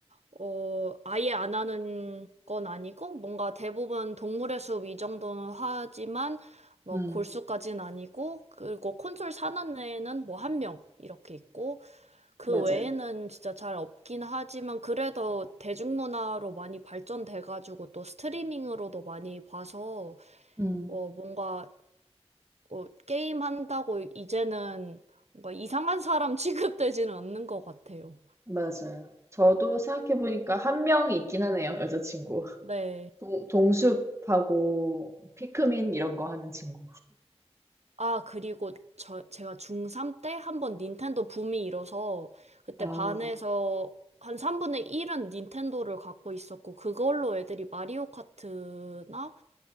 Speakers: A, on the right (about 80°); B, on the right (about 25°).
A: 어, 아예 안 하는 건 아니고, 뭔가 대부분 동물의 숲 이 정도는 하지만, 뭐,
B: 음.
A: 골수까지는 아니고, 그리고 콘솔 사는 애는 뭐, 한 명, 이렇게 있고, 그
B: 맞아요.
A: 외에는 진짜 잘 없긴 하지만, 그래도 대중문화로 많이 발전돼가지고, 또 스트리밍으로도 많이 봐서,
B: 음.
A: 어, 뭔가 어, 게임 한다고 이제는 뭔가 이상한 사람 <laughs> 취급되지는 않는 것 같아요.
B: 맞아요. 저도 생각해보니까 한 명이 있긴 하네요, 여자친구.
A: 네.
B: 동, 동숲하고 피크민 이런 거 하는 친구.
A: 아, 그리고 저, 제가 중3 때 한 번 닌텐도 붐이 일어서 그때
B: 아,
A: 반에서 한 3분의 1은 닌텐도를 갖고 있었고 그걸로 애들이 마리오 카트나